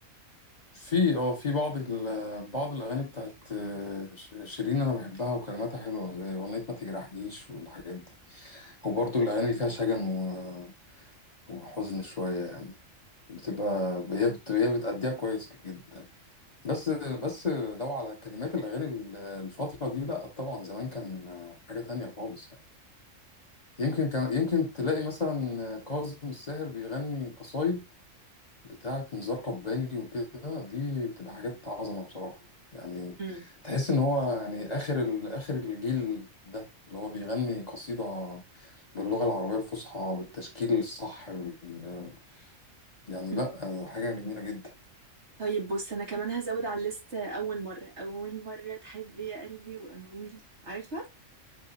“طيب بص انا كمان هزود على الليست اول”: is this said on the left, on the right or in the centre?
Right